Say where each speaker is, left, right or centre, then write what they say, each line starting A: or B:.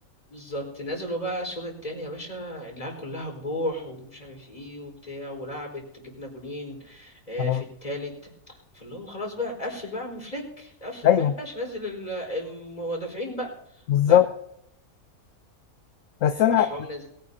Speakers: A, on the left; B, on the left.
A: بالظبط نزلوا بقى الشوط التاني يا باشا العيال كلها بروح ومش عارف ايه وبتاع ولعبت جبنا جونين آه،
B: اه
A: في التالت فاللي هو خلاص بقى قفل بقى يا عم فليك قفل
B: ايوه
A: بقى يا باشا نزل ال- المدافعين بقى
B: بالظبط
A: لا
B: بس
A: آه،
B: انا
A: راح هو منزل